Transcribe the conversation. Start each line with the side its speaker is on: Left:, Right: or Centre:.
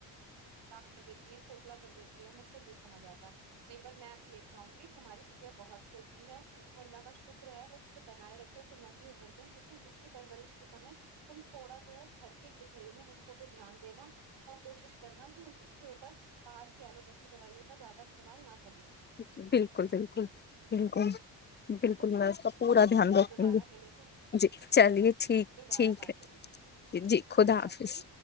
Right: کر دیتی ہے کوکھلا کر دیتی ہے ہمیں خود نہیں سمجھ آتا نہیں پر میں بھی یہی چاہوں گی تمہاری بٹیا بہت چھوٹی ہے ت اللہ کا شکر ہے وہ اس بنائے رکھے اسے لمبی عمر د لیکن اس کی پرورش کے سمے تم تھوڑا جو ہے گھر کے گھریلو اس کو
Left: <inaudible>
Right: ٹھیک ہے
Left: میں اس کا پورا
Right: ٹھیک ہے
Left: دھیان
Right: چلو
Left: رکھوں
Right: دوبارہ
Left: گی
Right: ملیں گے
Left: جی چلیے
Right: ہ ہاں
Left: ٹھیک
Right: دوبارہ
Left: ٹھیک
Right: بات کریں گے
Left: ہے جی خدا حافظ